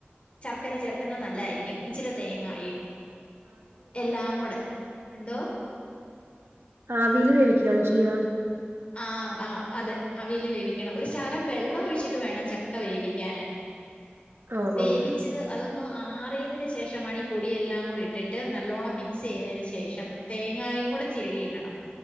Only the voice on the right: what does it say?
ആവീല് വേവിക്ക്യാണോ ചെയ്യാ
ഓഹ്
ഓഹ്